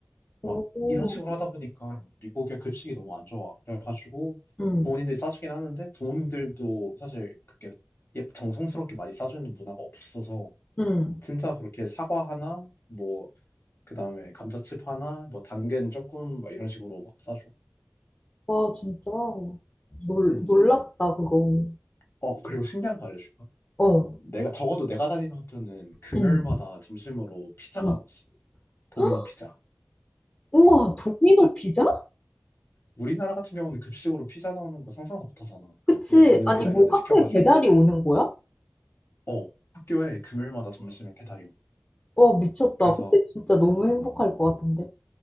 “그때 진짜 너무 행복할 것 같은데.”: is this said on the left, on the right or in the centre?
Left